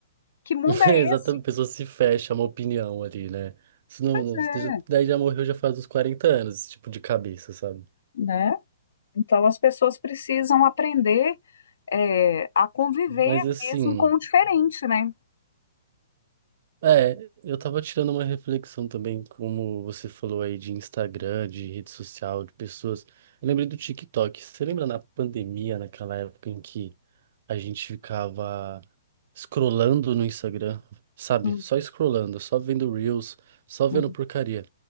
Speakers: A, on the left (about 65°); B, on the right (about 50°).
A: que mundo
B: É,
A: é
B: Exatamente,
A: esse?
B: a pessoa se fecha a uma opinião ali, né? Isso não,
A: Pois
B: não-
A: é,
B: isso já- daí já morreu já faz uns 40 anos, esse tipo de cabeça, sabe?
A: né? Então as pessoas precisam aprender é, a conviver
B: Mas assim.
A: mesmo com o diferente, né?
B: É, eu tava tirando uma reflexão também, como você falou aí de Instagram, de rede social, de pessoas. Eu lembrei do TikTok. Você lembra na pandemia, naquela época em que a gente ficava scrollando no Instagram, sabe?
A: Hum,
B: Só scrollando, só vendo Reels, só vendo
A: hum.
B: porcaria.